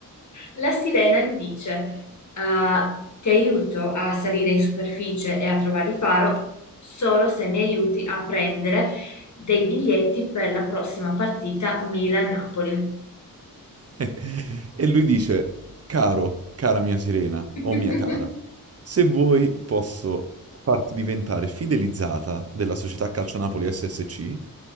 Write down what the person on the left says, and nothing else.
La sirena gli dice, "Ah, ti aiuto a salire in superficie e a trovare riparo solo se mi aiuti a prendere dei biglietti per la prossima partita Milan-Napoli.
<laughs>